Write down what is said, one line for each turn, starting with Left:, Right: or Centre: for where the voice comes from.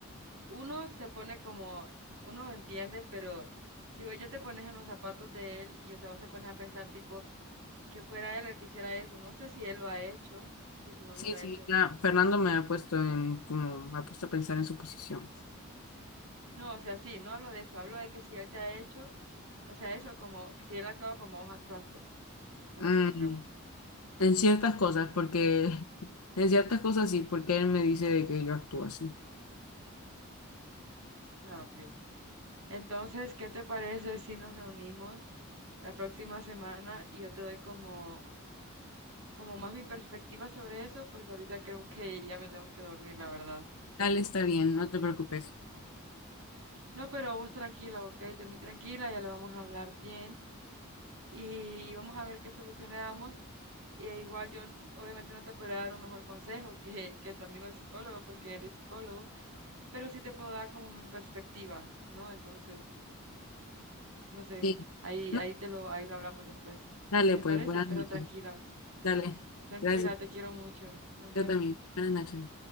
Right: uno se pone como, uno lo entiende, pero si vos ya te pones en los zapatos de él y, o sea, vos te pones a pensar tipo que fuera él el que hiciera eso, no sé si él lo ha hecho, si tu novio
Left: Sí,
Right: lo ha
Left: sí,
Right: hecho.
Left: ya Fernando me ha puesto en, como, me ha puesto a pensar en su posición.
Right: No, o sea, sí, no hablo de eso, hablo de que si él te ha hecho, o sea, eso como, si él ha actuado como vos actúas, pues, es
Left: Mm,
Right: lo que me pregunto.
Left: en ciertas cosas, porque, <laughs> en ciertas cosas sí, porque él me dice de que yo actúo así.
Right: Ah, ok. Entonces, ¿qué te parece si nos reunimos la próxima semana y yo te doy como, como más mi perspectiva sobre eso? Porque ahorita creo que ya me tengo que dormir, la verdad.
Left: Dale, está bien, no te preocupes.
Right: No, pero vos tranquila, ¿ok? Dormí tranquila, ya lo vamos a hablar bien y vamos a ver qué solución le damos. Y igual yo n- obviamente no te podré dar un mejor consejo que, que tu amigo el psicólogo, porque él es psicólogo, pero sí te puedo dar como mi perspectiva, ¿no? Entonces, no sé,
Left: Sí.
Right: ahí,
Left: No,
Right: ahí te lo, ahí lo hablamos después.
Left: dale,
Right: ¿Te
Left: pues,
Right: parece?
Left: buenas
Right: Pero
Left: noches.
Right: tranquila.
Left: Dale,
Right: Tranquila,
Left: gracias.
Right: te quiero mucho. Nos vemos.
Left: Yo también. Buenas noches.